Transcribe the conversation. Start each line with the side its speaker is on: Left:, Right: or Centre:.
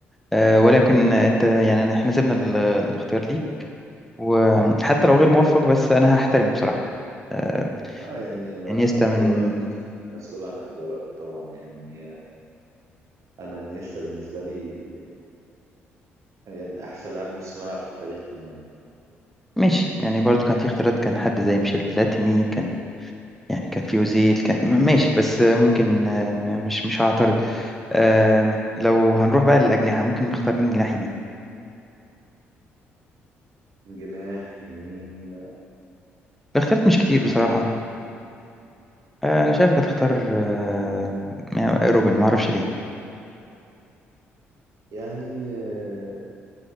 Centre: أه ولكن انت يعني احنا سيبنا ال- الاختيار ليك وحتى لو غير موفق بس انا هحترمه بصراحه آه،
Right: اه يعني ما-
Centre: انيستا من
Right: كل واحد مسؤول مسؤول عن اختياراته طبعا يعني آه، انا انيستا بالنسبه لي يعني أحسن لاعب نص ملعب في التاريخ عموما
Centre: ماشي يعني برضو كان في اختيارات كان حد زي ميشيل بلاتيني كان يعني كان في اوزيل كان م- ماشي بس آه، ممكن آه، م- مش مش هعترض آم، لو هنروح بقى للأجنحة ممكن نختار مين جناح يمين
Right: جناح يمين
Centre: الاختيارات مش كتير
Right: أعتقد
Centre: بصراحة آه، انا شايفك هتختار آه، يعني روبن ما اعرفش ليه
Right: يعني آه،